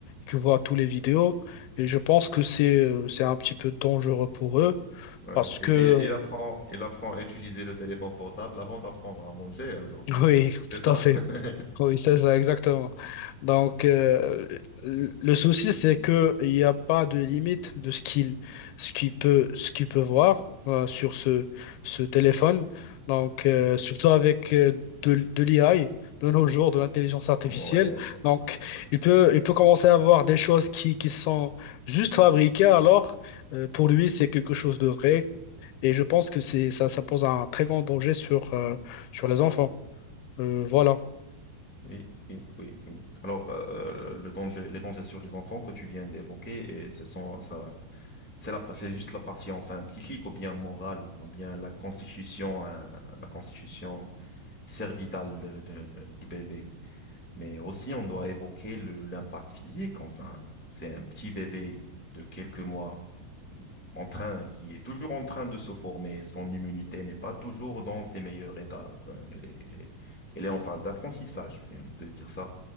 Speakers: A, on the left; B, in the centre.
A: qui voit toutes les vidéos. Et je pense que c'est euh, c'est un petit peu dangereux pour eux
B: Ouais.
A: parce
B: Et,
A: que,
B: et- il Parce apprend, il apprend à utiliser le téléphone portable avant d'apprendre à manger aujourd'hui.
A: <laughs> oui,
B: C'est oui,
A: tout
B: ça?
A: à fait.
B: <laughs>
A: Oui, c'est ça, exactement. Donc, euh, le souci, c'est que il n'y a pas de limite de ce qu'il ce qu'il peut, ce qu'il peut voir euh, sur ce, ce téléphone. Donc, euh, surtout avec euh, de, de l'IA, de nos jours, de l'intelligence artificielle.
B: oui, Ouais, c'est-
A: Donc,
B: ouais, ouais.
A: il peut, il peut commencer à voir des choses qui, qui sont juste fabriquées, alors euh, pour lui, c'est quelque chose de vrai. Et je pense que c'est, ça, ça pose un très grand danger sur, euh, sur les enfants. Euh, voilà.
B: Oui, oui, oui, oui. Alors, euh, euh, le danger, les dangers sur les enfants que tu viens d'évoquer, et ce sont, ça, c'est la, c'est juste la partie enfin psychique ou bien morale ou bien la constitution, hein, la constitution cervitale de, de- de- du bébé. Mais aussi, on doit évoquer le, l'impact physique. Enfin, c'est un petit bébé de quelques mois en train, qui est toujours en train de se former, son immunité n'est pas toujours dans ses meilleurs états. Enfin, Elle est, elle est- elle est en phase d'apprentissage, si on peut dire ça.